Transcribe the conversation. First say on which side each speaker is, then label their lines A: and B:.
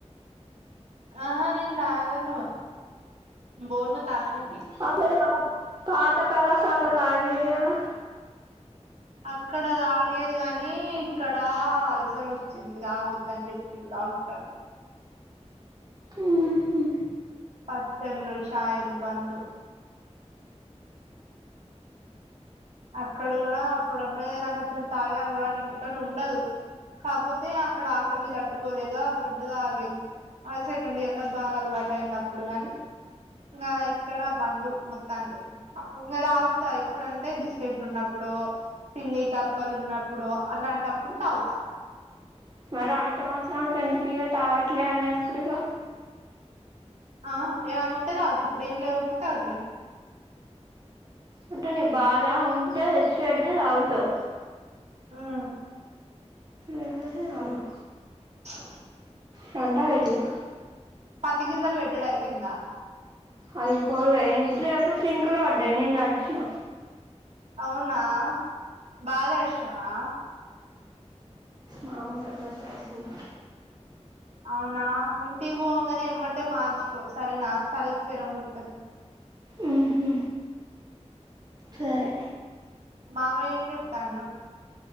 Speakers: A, on the right; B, on the right.
A: అహ నేను తాగాను బోను తాగనీకి
B: ఆ <unintelligible> పాత కళాశాలో తాగేదిగదా
A: అక్కడ తాగేది కాని ఇక్కడ అల్సర్ వచ్చింది తాగొద్దని చెప్పింది డాక్టర్
B: మ్మ్ హ్మ్
A: పచ్చడ్లు ఛాయలు బందు అక్కడ గూడా అప్పుడప్పుడే నాకు అసలు తాగే అలవాటే ఇంటికాడ ఉండదు కాకపోతే అక్కడ ఆకలికి తట్టుకోలేక అప్పుడప్పుడు తాగేది ఆ సెకండ్ ఇయర్ లో బాగా అలవాటు అయింది అప్పుడు గాని ఇంకా ఇక్కడ బందు మొత్తానికి అప్పుడు ఇంకా తాగుతా ఎప్పుడుంటే బిస్ కెట్లు ఉన్నప్పుడో తిన్నికి అప్పలు ఉన్నప్పుడో అలాంటప్పుడు తాగుతా
B: మరి అంతమాత్రనికి ఎందుకు ఇగ తాగట్లే అని చెప్పుడు ఇగ
A: ఆ ఏమన్నా ఉంటే తాగుతా, ఇప్పుడు ఏం లేవు కాబట్టి తగట్లేదు.
B: అంటే నీ బాధ ఉంటే తెచ్చిపెడితే తాగుతవు.
A: ఉమ్
B: లేకపోతే తాగవు
A: స <unintelligible>
B: రంట వైటగా
A: పత్తి గింజలు పెట్టుడు అయిపోయిందా?
B: అయిపోలే ఇంతసేపు చినుకులు పడ్డయి నేను తడిచిన
A: అవునా బా తడిషినవా?
B: మామలుగా డ్రెస్ తడిసింది.
A: అవునా ఇంటి పోంగనే ఎమ్మట్టే మార్చుకో సరేనా, సలికి జ్వరం వస్తది.
B: ఉహు సరే
A: మామయ్య ఏం చె చెప్తాండు?